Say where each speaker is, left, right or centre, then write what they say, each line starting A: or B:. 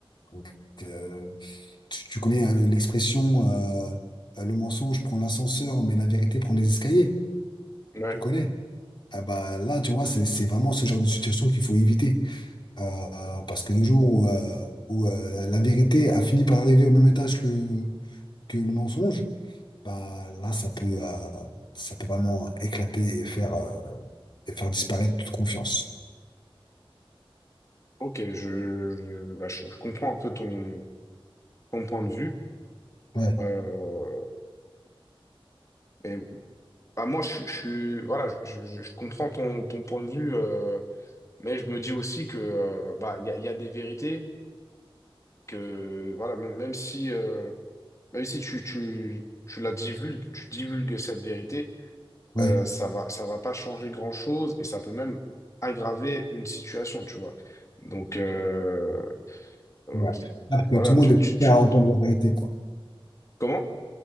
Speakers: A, on the left; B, on the left.
A: Donc, euh, tu, tu connais euh, l'expression euh, euh, le mensonge prend l'ascenseur, mais la vérité prend les escaliers.
B: Ouais.
A: Tu connais? Ah bah là, tu vois, c'est c'est vraiment ce genre de situation qu'il faut éviter. Euh, euh, parce que le jour où, euh, où, euh, la vérité a fini par arriver au même étage que, que le mensonge, bah là ça peut euh, ça peut vraiment éclater et faire euh, et faire disparaître toute confiance.
B: Ok, je, je, bah, je, je comprends un peu ton, ton point de vue.
A: Ouais,
B: Euh, et, bah, moi, je, je, suis- voilà, je, je, je comprends ton, ton point de vue, euh, mais je me dis aussi que euh, bah, il y a, il y a des vérités que voilà, même, même si euh, même si tu, tu, tu la divulgues, tu divulgues cette vérité
A: ouais,
B: euh, ça va, ça va pas changer grand-chose et ça peut même aggraver une situation, tu vois. Donc, euh, euh,
A: ouais. Parce que
B: voilà,
A: tout le
B: tu,
A: monde est
B: tu, tu-
A: prêt à entendre la vérité, quoi.
B: comment?